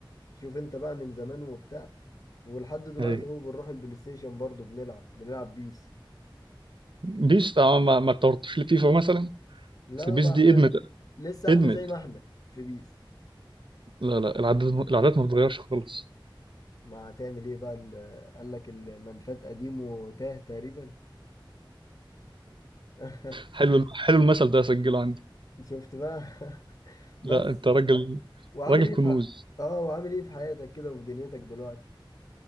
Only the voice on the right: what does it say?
اي
بيس آه، ما ما اتطورتش لفيفا مثلا
بس البيس
دي
ادمت
ادمت
لا لا العادات العادات ما بتتغيرش خالص
حلو حلو المثل ده اسجله عندي
لا انت راجل
راجل
كنوز